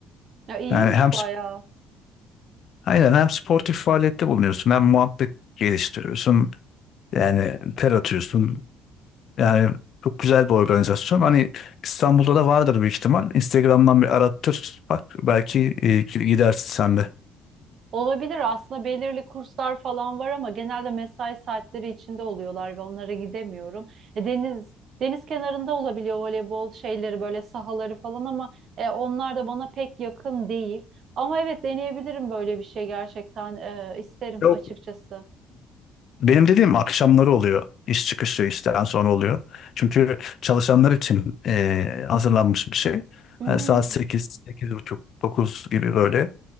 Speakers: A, on the right; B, on the left.
A: Ya iyiymiş
B: Yani hem
A: bayağı.
B: Aynen hem sportif faaliyette bulunuyorsun hem muhabbet geliştiriyorsun. Yani ter atıyorsun. Yani çok güzel bir organizasyon. Hani İstanbul'da da vardır büyük ihtimal. Instagram'dan bir arattır. Bak belki e, gidersin sen de.
A: Olabilir aslında belirli kurslar falan var ama genelde mesai saatleri içinde oluyorlar ve onlara gidemiyorum. E, deniz deniz kenarında olabiliyor voleybol şeyleri böyle sahaları falan ama e, onlar da bana pek yakın değil. Ama evet deneyebilirim böyle bir şey gerçekten e, isterim
B: Yok.
A: açıkçası.
B: Benim dediğim akşamları oluyor. İş çıkışı işten sonra oluyor. Çünkü çalışanlar için e, hazırlanmış bir şey.
A: Hmm.
B: Yani saat sekiz sekiz buçuk 9 gibi böyle.